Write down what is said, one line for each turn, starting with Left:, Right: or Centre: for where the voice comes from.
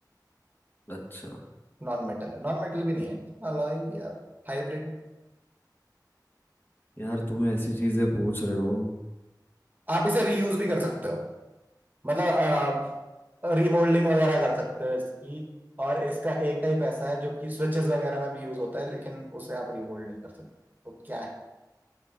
Left: अच्छा
Right: नॉन मेटल है नॉन मेटल भी नहीं है अलॉय या हाइब्रिड
Left: यार तुम ऐसी चीजें पूछ रहे हो
Right: आप इसे रीयूज भी कर सकते हो मतलब रिमोल्डिंग वगैरह कर सकते हो इसकी और इसका एक टाइप ऐसा है जो कि स्विचेस वगैरह में भी यूज होता है लेकिन उसे आप रिमोल्ड नहीं कर सकते तो क्या है